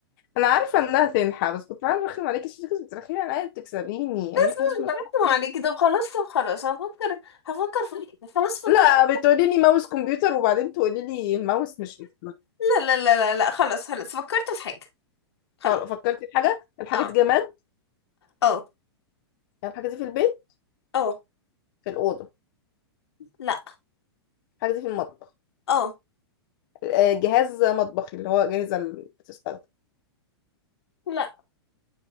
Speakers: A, on the left; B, on the left.
A: انا عارفه انها تنحى بس كنت عايزه ارخم عليكي عشان كنت بترخمي عليا بتكسبيني
B: بس
A: انا
B: مش
A: حاجه
B: بركز عليكي
A: حاجة-
B: طب خلاص طب خلاص هفكر هفكر في حاجة خلاص فكرت
A: لا بتقولي لي ماوس كمبيوتر وبعدين تقولي لي الماوس مش يفتح.
B: لا لا لا لا لا خلاص خلاص فكرت في حاجة خلاص
A: خلاص فكرتي في حاجه الحاجه
B: اه
A: دي جماد
B: اه
A: يعني الحاجه دي في البيت
B: اه
A: في الأوضة
B: لا
A: الحاجة دي في المطبخ
B: اه
A: آه، جهاز مطبخي اللي هو جاهزة اللي بتستخدم
B: لا